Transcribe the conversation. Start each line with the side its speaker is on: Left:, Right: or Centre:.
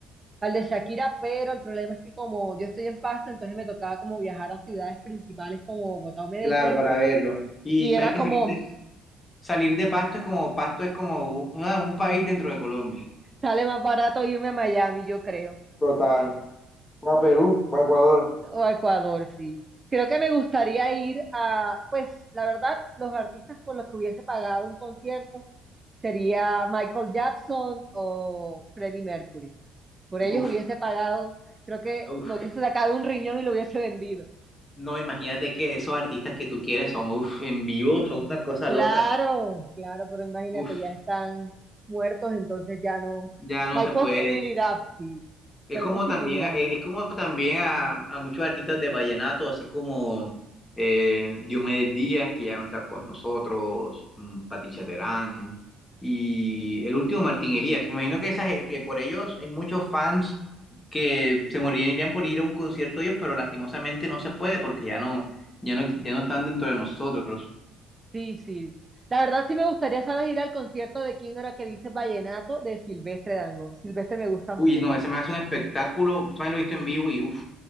Right: Al de Shakira, pero el problema es que como yo estoy en Pasto, entonces me tocaba como viajar a ciudades principales como Bogotá o Medellín,
Left: Claro, para verlo. Y
Right: Y
Left: sabes
Right: era
Left: que
Right: como,
Left: salir de, salir de Pasto es como, Pasto es como una- un país dentro de Colombia.
Right: sale más barato irme a Miami, yo creo,
Left: Total. O a Perú, o a Ecuador.
Right: o a Ecuador, sí. Creo que me gustaría ir a, pues, la verdad, los artistas por los que hubiese pagado un concierto sería Michael Jackson o Freddie Mercury. Por ellos
Left: Uf,
Right: hubiese pagado, creo que
Left: uf.
Right: me hubiese sacado un riñón y lo hubiese vendido.
Left: No, imagínate que esos artistas que tú quieres son, uff, en vivo, son una cosa
Right: Claro,
Left: loca.
Right: claro, pero imagínate,
Left: Uff,
Right: ya están muertos, entonces ya no,
Left: ya no
Right: no hay
Left: se
Right: posibilidad,
Left: puede.
Right: sí,
Left: Es
Right: no
Left: como
Right: hay posibilidad.
Left: también, eh, es como también a, a muchos artistas de vallenato, así como eh, Diomedes Díaz, que ya no está con nosotros, mm, Patricia Terán, y el último Martín Elías. Me imagino que, esas, que por ellos hay muchos fans que se morirían, irían por ir a un concierto de ellos, pero lastimosamente no se puede porque ya no, ya no, ya no están dentro de nosotros.
Right: Sí, sí. La verdad sí me gustaría, ¿sabes? Ir al concierto de quién era que dice Vallenato de Silvestre Dangond. Silvestre me gusta mucho.
Left: Uy, no, ese man es un espectáculo. Ese man lo he visto en vivo y uff.